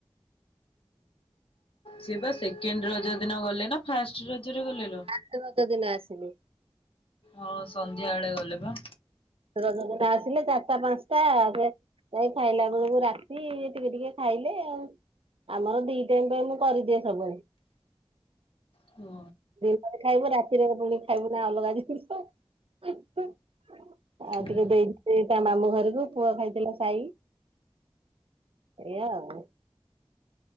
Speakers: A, on the left; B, on the right.
A: ସିଏ ବା ସେକେଣ୍ଡ ରଜ ଦିନ ଗଲେ ନା ଫାଷ୍ଟ ରଜରେ ଗଲେ ଲୋ?
B: ଷ୍ଟ ରଜ ଦିନ ଆସିଲେ।
A: ହଁ ସନ୍ଧ୍ୟା ଏଳେ ଗଲେ ବା।
B: ରଜ ଦିନ ଆସିଲେ ଚାରଟା ପାଁଶଟା ଯାଇ ଖାଇଲା ବେଳକୁ ରାତି ଟିକେ ଟିକେ ଖାଇଲେ ଆଉ। ଆମର ଦି ଟାଇମ୍ ପାଇଁ ମୁଁ କରିଦିଏ ସବୁବେଳେ।
A: ହୁଁ
B: ଦିପରେ ଖାଇବୁ ରାତିରେ ପୁଣି ଖାଇବୁ ନା ଅଲଗା ଜିନିଷ। ହିଁ ହଁ ଆଉ
A: ହୁଁ
B: ଟିକେ ଦେଖିଥିଲି ତା ମାମୁଁ ଘରକୁ ପୁଅ ଖାଇଥିଲା। ସାଇ ଏୟା ଆଉ